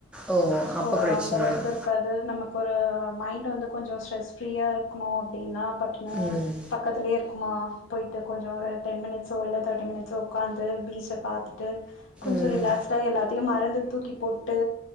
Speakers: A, in the centre; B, on the left.
A: ஓ!
B: சோ
A: அப்ப பிரச்சனை
B: அந்த அளவுக்கு
A: இல்ல.
B: இரு இருக்காது நமக்கு ஒரு மைண்ட் வந்து கொஞ்ச ஸ்ட்ரெஸ் ஃப்ரீயா இருக்குணு அப்பிடின்னா பட்டுனு
A: ம்,
B: பக்கத்திலே இருக்குமா போயிட்டு கொஞ்ச ஒரு டென் மினிட்ஸோ இல்ல தேர்ட்டி மினிட்ஸோ உக்காந்து பீச்ச பாத்துட்டு கொஞ்ச
A: ம்.
B: ரிலாக்ஸ்டா எல்லாத்தியு மறந்து தூக்கிப் போட்டு